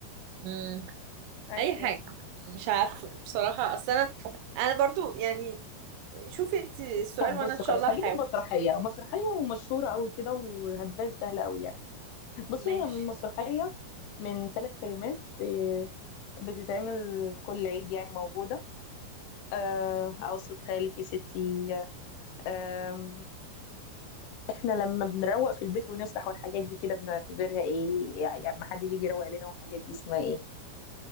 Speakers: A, on the right; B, on the left.
A: مم.
B: عايزه
A: أي
B: ايه
A: حاجة مش عارفة بصراحة أصل أنا أنا برضو يعني شوفي انت السؤال
B: طب
A: وأنا
B: بص
A: إن شاء
B: خلاص
A: الله هحاول
B: هجيب لك مسرحيه مسرحيه ومشهوره قوي كده وهتبان سهله قوي يعني بصي
A: ماشي
B: هي من مسرحية من ثلاث كلمات إيه، بتتعمل كل عيد يعني موجودة آه، أوصفها لك يا ستي آم، إحنا لما بنروق في البيت ونفسح والحاجات دي كده بنعتبرها إيه يعني ما حد بيجي يروق لنا والحاجات دي اسمها إيه